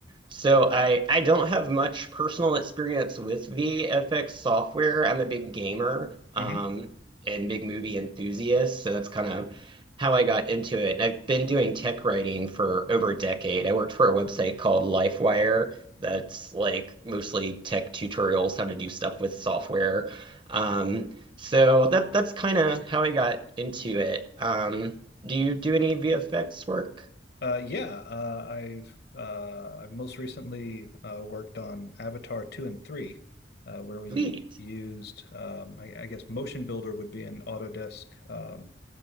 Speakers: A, on the right (about 25°); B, on the left (about 65°).
A: so I I don't have much personal experience with VFX software. I'm a big gamer, um,
B: mm-hmm.
A: and big movie enthusiast, so that's kind of how I got into it. And I've been doing tech writing for over a decade. I worked for a website called LifeWire that's like mostly tech tutorials, how to do stuff with software. Um, so that that's kind of how I got into it. Um, do you do any VFX work?
B: Uh, yeah. Uh, I've uh, I've most recently uh, worked on Avatar 2 and 3, uh, where we
A: Sweet.
B: used, um, I, I guess, Motion Builder would be an Autodesk um,